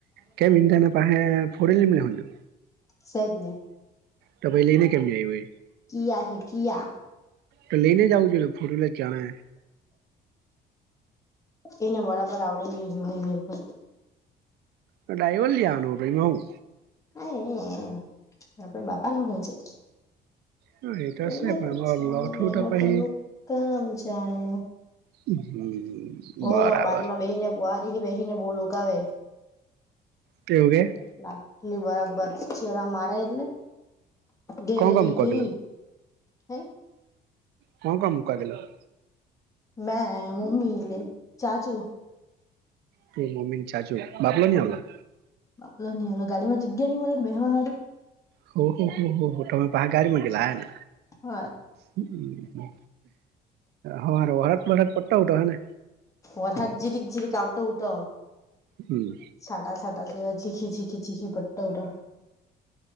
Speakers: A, on the right; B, on the left.
A: કેમ એન તને પાહેે ફોડીને મેહુલિયો.
B: સેજ ને.
A: તમે લઈને કેમ ની આયવો?
B: કિયા હે કિયા.
A: તો લઈને જાઉ જોઈએ ફૂલને ચણા.
B: એને બરાબર આવડેની હજુ મહિને <inaudible>
A: ડ્રાઈવર લીઆનું તો એમાં હું.
B: <inaudible> આપણા બાપાનો હોલ છે?
A: હ એ તોશ
B: લોકો
A: ને
B: જાણે
A: લોઠુ
B: એ
A: તો
B: લોકો
A: પહીં.
B: નું કામ જાણે
A: હમ.
B: ઓ
A: બરાબર
B: બારી માં બેહીને બારી બેહીને બો રોકાવે.
A: તેવુજ ને.
B: લાટલી બરાબર છેડા મારે એટલે ઘેરે
A: કોણ કોણ
B: જય
A: મૂકવા
B: તેવી
A: ગેલો
B: હે
A: કોણ કણ મુકા ગેલા?
B: મેં મમ્મી ને ચાચુ.
A: તું, મમ્મી ને ચાચુ. બાપલે નહીં આવલા?
B: બાપલાની હલો ગાડી માં જગ્યા ની મળે બેહવા વાળું.
A: હો હો હો હો હો તમે પા ગાડીમાં ગેલા ને.
B: હા
A: હમ્મ હઢાત પઠાત પતા ઉ તો હને.
B: ઓરાત જીરીક જીરીક આઉટો ઉતો.
A: હમ્મ.
B: છાટા છાટા તેવા ચીખી ચીખી ચીખી પટવ ઊટા.